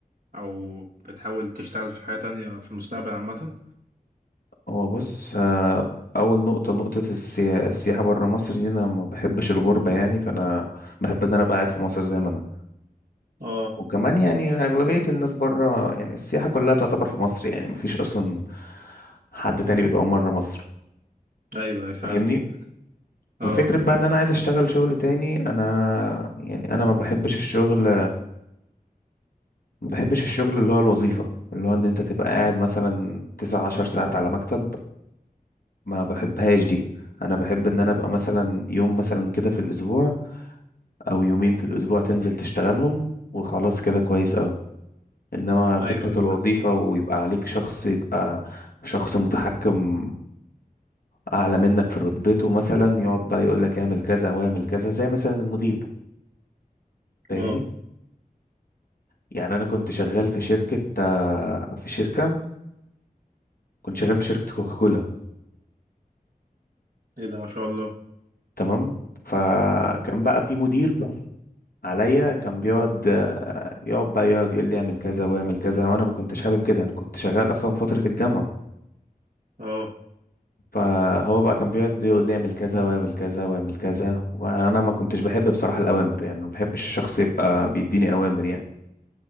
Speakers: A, on the right; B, on the left.
A: أو بتحاول تشتغل في حاجة تانية في المستقبل عامة؟
B: هو بص آه، اول نقطه نقطه السيا- السياحه بره مصر دي انا ما بحبش الغربه يعني فانا بحب ان انا ابقى قاعد في مصر زي ما انا
A: اه
B: وكمان يعني اغلبيه الناس بره يعني السياحه كلها تعتبر في مصر يعني ما فيش اصلا حد تاني بيبقى بره مصر
A: أيوه أيوه فعلا
B: فاهمني
A: اه
B: وفكره بقى ان انا عايز اشتغل شغل تاني انا يعني انا ما بحبش الشغل ما بحبش الشغل اللي هو الوظيفه اللي هو ان انت تبقى قاعد مثلا 9 10 ساعات على مكتب ما بحبهاش دي انا بحب ان انا ابقى مثلا يوم مثلا كده في الاسبوع او يومين في الاسبوع تنزل تشتغلهم وخلاص كده كويس قوي انما فكرة
A: أيوه أيوة، فعلا
B: الوظيفة ويبقى عليك شخص يبقى شخص متحكم اعلى منك في رتبته مثلا يقعد بقى يقول لك اعمل كذا واعمل كذا زي مثلا المدير فاهمني
A: اه
B: يعني انا كنت شغال في شركة آه، في شركة كنت شغال في شركة كوكاكولا
A: إيه ده ما شاء الله
B: تمام فكان
A: اه
B: بقى في مدير عليا كان بيقعد يقعد بقى يقعد يقول لي اعمل كذا واعمل كذا وانا ما كنتش حابب كده انا كنت شغال اصلا فترة الجامعة
A: اه
B: فهو بقى كان بيقعد يقول لي اعمل كذا واعمل كذا واعمل كذا وانا ما كنتش بحب بصراحة الاوامر يعني ما بحبش الشخص يبقى بيديني اوامر يعني